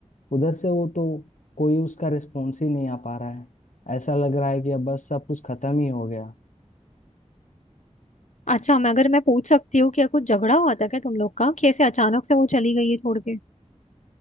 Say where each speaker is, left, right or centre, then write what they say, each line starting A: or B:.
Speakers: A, on the left; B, on the left.
A: उधर से वो तो कोई उसका रिस्पॉन्स ही नहीं आ पा रहा है ऐसा लग रहा है कि अब बस सब कुछ खत्म ही हो गया
B: अच्छा मैं अगर मैं पूछ सकती हूँ क्या कुछ झगड़ा हुआ था क्या तुम लोग का कि ऐसे अचानक से वो चली गई है छोड़ के